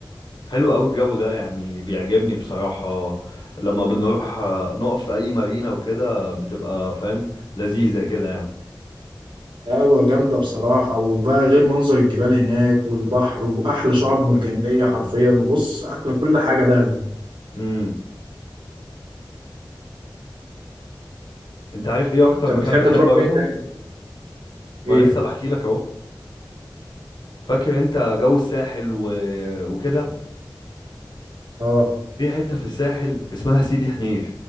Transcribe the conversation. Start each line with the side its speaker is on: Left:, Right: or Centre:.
Left: حلو قوي الجو ده يعني بيعجبني بصراحة لما بنروح نقف في اي مارينا وكده بتبقى فاهم لذيذة كده يعني
Right: قهوة جامدة بصراحة وبقى غير منظر الجبال هناك والبحر وأحلى شعاب مرجانية حرفيا وبص أحلى كل حاجة دهب دي
Left: امم انت عارف ايه اكتر
Right: أنت
Left: مكان
Right: بتحب
Left: بحب
Right: تروح
Left: اروحه
Right: فين تاني طيب؟
Left: ما
Right: إيه؟
Left: لسه بحكي لك اهو فاكر انت جو الساحل و... وكده
Right: آه
Left: في حتة في الساحل اسمها سيدي حنيش